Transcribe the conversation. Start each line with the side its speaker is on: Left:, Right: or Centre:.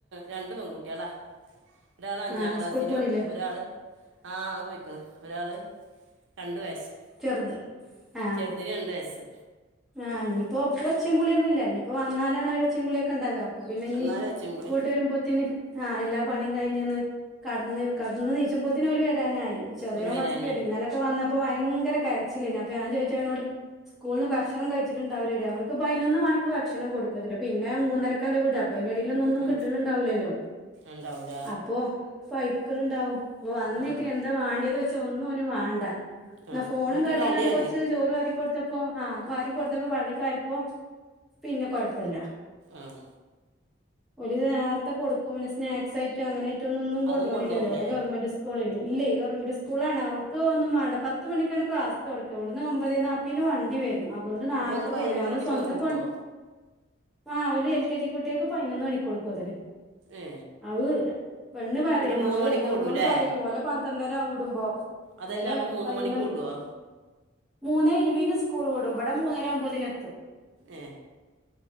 Right: രണ്ട് പെൺകുട്ടികളാണ് ഒരാളഞ്ചാം
Centre: ആ
Right: ക്ലാസ്സിലും
Centre: സ്കൂൾ പോണില്ലേ
Right: ഒരാള് ആ ഓൻ പോയിക്ക്‌ണ് ഒരാള് രണ്ട് വയസ്സ്.
Centre: ചെറുത് ആ
Right: ചെറുതിന് രണ്ട് വയസ്സ്.
Centre: ആഹ് ഇനിയിപ്പോ പ്പൊ ഒച്ചും പുളിയൊന്നും ഇല്ല ഇനിയിപ്പോ വന്നാലാണൊരു ഒച്ചീമ്പുളിയൊക്കെ ഇണ്ടാകാ അപ്പൊ പിന്നെ ഇനി
Right: എന്നാൽ
Centre: സ്‌കൂട്ട്
Right: അച്ചുമ്പുളി
Centre: വരുമ്പോത്തിന് ആ എല്ലാ പണിയും കഴിഞ്ഞ് ന്ന് കടന്ന് കടന്ന് നീച്ചുമ്പോത്തിന് ഓല് വരാനായി ചെറ്യോൻ
Right: ഒരു വരാനായി
Centre: ഫസ്റ്റ് വരും ഇന്നലൊക്കെ വന്ന പ്പൊ ഭയങ്കര കരച്ചില്ലേന്നു. അപ്പൊ ഞാൻ ചോയിച്ചു ഓനോട്‌ സ്കൂളിന്ന് ഭക്ഷ ണം കഴിച്ചിട്ടുണ്ടാവില്ലോര് അവർക്ക് പതിനൊന്ന് മണിക്ക് ഭക്ഷണം കൊടുക്കൊത്രേ പിന്നെ മൂന്നരക്കാ ഓലെ വിടാ അപ്പ അയിന്റെടീല് ഒന്നൊന്നും
Right: ആ
Centre: കിട്ടണണ്ടാവില്ലല്ലോ
Right: ഉണ്ടാവൂല
Centre: അപ്പൊ പൈക്ക്ണ് ണ്ടാവും. ഓൻ വന്നേക്കന്നെ
Right: ആ
Centre: എന്താ വാണ്ടിയതോയ്ച്ചാ ഒന്നും ഓന് വേണ്ട. എന്നാ
Right: ആ
Centre: ഫോണും
Right: ഒരിക്ക്
Centre: കാട്ടിങ്കാണ്ട്
Right: കളിയാണ്
Centre: കൊറച്ച് ചോറ് വാരി കൊടുത്തപ്പോ ആ വാരി കൊടുത്തപ്പോ പള്ളീക്കായപ്പോ പിന്നെ കൊഴപ്പല്ല.
Right: ആഹ്.
Centre: ഒലിത് നാർത്തെ കൊടു ക്കും പിന്നെ സ്നാക്സായിട്ടും അങ്ങനായിട്ടൊന്നൊന്നും കൊണ്ടോണില്ലല്ലോ
Right: അതും കൊണ്ടുപോകൂലേ
Centre: ഇവിടെ ഗവർമെന്റ്സ്‌കൂളല്ലേ ഇല്ലേ ഗവർമെന്റ് സ്കൂളാണ് അവർക്ക് ഒന്നും വേണ്ട. പത്ത് മണിക്കാണ് ക്ലാസ് തൊടക്കാ വിടുന്ന് ഒമ്പതേ നാൽപ്പീന് വണ്ടി വരും. അതുകൊണ്ട് നേരത്തെ
Right: അപ്പോൾ അതിന് പതിനൊന്ന്
Centre: പോണ്ടേരും നമ്മള്
Right: മണിക്ക്
Centre: സ്വന്തം
Right: ചോറ് കൊടുക്കുമോ
Centre: കൊണ്ട് ആ ഓല് എൽ കെ ജി കുട്ട്യാക്ക് പതിനൊന്ന് മണിക്ക് കൊടുക്കോത്തരെ
Right: ഏ
Centre: അഅ് പെണ്ണ്
Right: എന്നിട്ട്
Centre: പറയും മകള്
Right: മൂന്ന് മണിക്ക്
Centre: രണ്ടാമത്തോള്
Right: വിടൂല്ലേ
Centre: പറയും ഓലെ പന്ത്രണ്ടരാവും വിടുമ്പോ
Right: അതെല്ലാം
Centre: ഇബലെ
Right: അപ്പം മൂന്ന്
Centre: പതിനൊന്നണി
Right: മണിക്ക് വിടുവോ
Centre: മൂന്നേ ഇരുവീന് സ് കൂള് വിടും ബട മൂന്നരാവുമ്പോത്തിനെത്തും
Right: ഏ